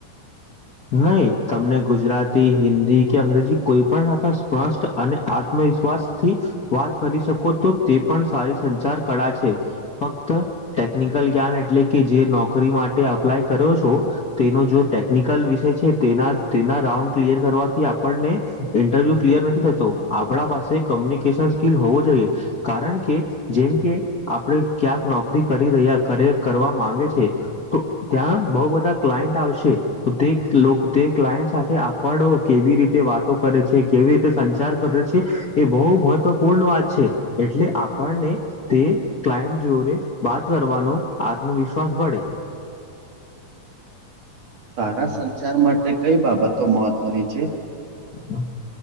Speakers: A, on the left (about 40°); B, on the right (about 55°).
A: નહી તમને ગુજરાતી હિન્દી કે અંગ્રેજી કોઈ પણતા સ્પષ્ટ અને આત્મ વિશ્વાસ થી વાત કરી શકો તો તે પણ સારી સંચાર કળા છે. ફક્ત ટેકનિકલ જ્ઞાન એટલે કે જે નોકરી માટે અપ્લાય કર્યો છો તેનો જો ટેકિક ઉન્ ક્લયર કરવાથી આપને ઇન્ટરવ્યુ ક્લયર નથી થતો આપ પાસે લ હો જોઈએ કારણ કે જેમ કે આપણે ક્યાંક નોકરી કરી રહ્યા. કરવા માંગે છે તો ત્યાં બહ બધા ક્લાયન્ટ આવશે. તો તે તે ક્લાયન્ટ સાથે આપડ કેવી રીતે વાતો કરે છે કેવી રીતે સંચાર કરે. એ બહ મહત્વપૂર્ણ વાત છે એટલે આપણને તે ક્લાયન્ટ જોને વાત કરવાનો આત્મવિશ્વાસ ભળે.
B: સારા સંચાર માટે કઈ બાબતો મહત્વની છે.
A: બમ.